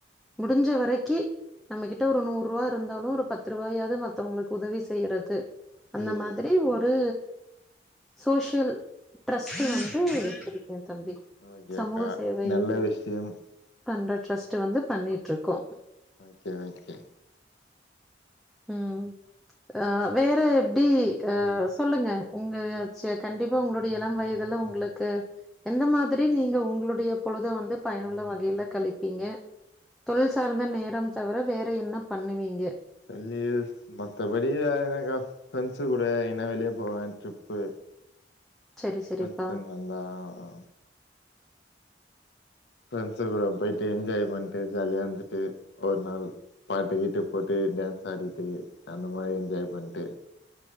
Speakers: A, in the centre; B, on the left.
A: முடுஞ்ச வரைக்கி நம்ம கிட்ட ஒரு நூறுவா இருந்தாலு ஒரு பத்து ரூவாயாது மத்தவங்ளுக்கு உதவி செய்யறது அந்த
B: ஐயோ
A: மாதிரி ஒரு சோஷியல் ட்ரஸ்ட் வந்து வச்சுருக்கே தம்பி
B: ஓகே
A: சமூக
B: அக்கா
A: சேவை
B: நல்ல விஷயம்
A: ன்ற ட்ரஸ்ட் வந்து பண்ணிட்டு இருக்கோ
B: ஓகே ஓகே
A: ம் அ வேற எப்டி அ சொல்லுங்க உங்க சில கண்டிப் இப்ப உங்ளுடைய இளம் வயதுல உங்ளுக்கு எந்த மாதிரி நீங்க உங்களுடைய பொழுத வந்து பயனுள்ள வகையில கழிப்பீங்க தொழில் சார்ந்த நேரம் தவர வேற என்ன பண்ணுவீங்க
B: <unintelligible> மத்தபடி வேற எங்கக்கா ஃப்ரெண்டஸ் கூட எங்னா வெளிய போவே ட்ரிப்பு
A: சரி
B: ஃப்ரெண்ட்ஸ்
A: சரிப்பா
B: கேங் வந்தா ஆ ஃப்ரெண்ட்ஸ் கூட போயிட்டு என்ஜாய் பண்ட்டு ஜாலியா இர்ந்துட்டு ஒரு நாள் பாட்டு கீட்டு போட்டு டான்ஸ் ஆடிட்டு அந்த மாரி என்ஜாய் பண்ட்டு